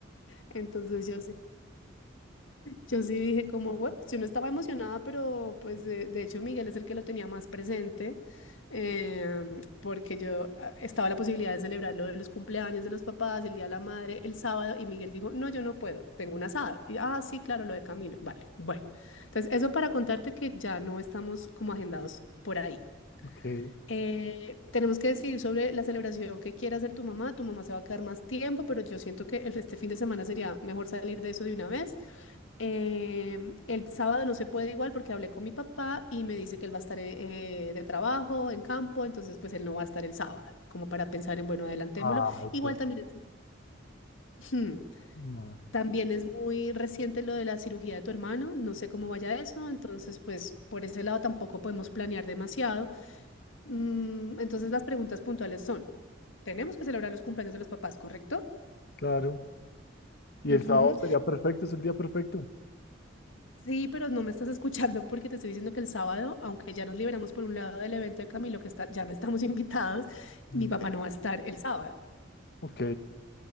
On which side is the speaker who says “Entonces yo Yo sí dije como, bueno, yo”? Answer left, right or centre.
Left